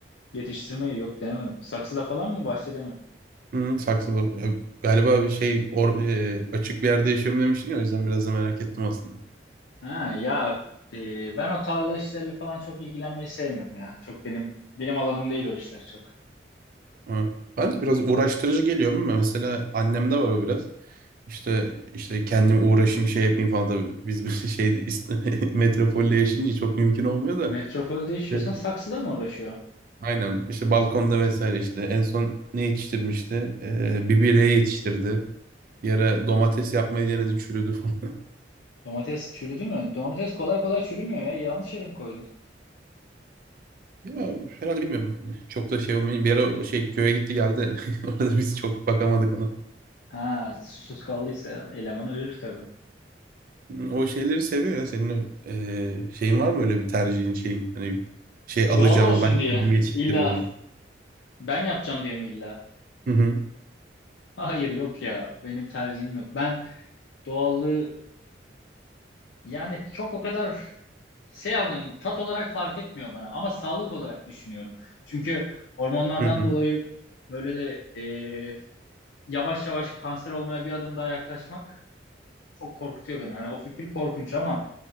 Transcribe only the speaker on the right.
Hı, saksılı. Ya, galiba bir şey or, e, açık bir yerde yaşıyorum demiştin ya o yüzden biraz da merak ettim aslında.
Ama ben de biraz uğraştırıcı geliyor ama mesela annemde var o biraz. İşte işte kendim uğraşayım şey yapayım falan tabii. Biz bir şey <laughs> metropolde yaşayınca çok mümkün olmuyor da.
E,
Aynen işte balkonda vesaire işte en son ne yetiştirmişti? Ee, bir bireye yetiştirdi. Bir ara domates yapmayı denedi çürüdü falan. <laughs>
Ya herhalde bilmiyorum. Çok da şey olmayın. Bir ara o şey köye gitti geldi. <laughs> Orada biz çok bakamadık ona.
Hmm, O şeyleri seviyor ya. Senin ee, şeyin var mı öyle bir tercihin şeyin? Hani şey alacağımı
ben
kendim yetiştiririm.
Hı hı.
Hı hı.